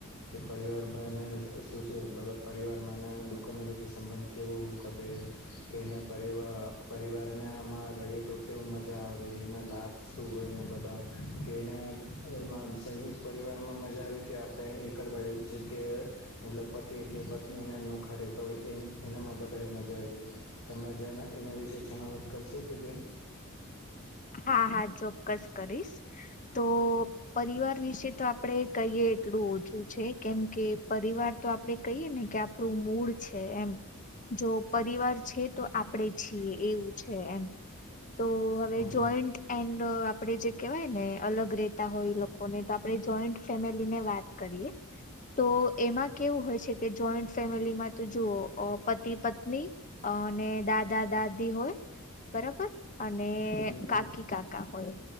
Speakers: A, on the left (about 85°); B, on the left (about 35°).
A: કે પરિવારમાં એને શું શું મતલબ પરિવારમાં એના લોકોના બ સંબંધ કેવો કપે કે એના પરવાર પરિવારનામાં રહીએ તો કેવ મજા આવે એના લાભ શું હોય એને બધા કે એને સંયુક્ત પરિવારમાં મજા આવે કે આપણે એકલવાય જેમ કે ઓલપતિ કે પત્ની એના નોખા રહેેતા હોય એનામાં વધારે મજા આવી તમે એના વિશે જણાવટ કરશો કે બેન
B: હા હા ચોક્કસ કરી તો પરિવાર વિશે તો આપડે કહીએ એટલું ઓછું છે કેમ કે પરિવાર તો આપડે કહીયએ ને કે આપણું મૂડ એમ જો પરિવાર છે તો આપડે છીએ એવું છે એમ તો હવે
A: હમ
B: જોઈન્ટ એન્ડ આપે જે કેવાય ને અલગ રતા હોય લોકોને તો આપણે જોઈન્ટ ફેમિલી ને વાત કરીએ તો એમાં કેવું હોય છે કે જોઈન્ટ ફેમિલીમાં ત જુઓ પતિ પત્ની અને દાદા દાદી હોય બરાબર અને
A: હમ હમ
B: કાકી કાકા હોય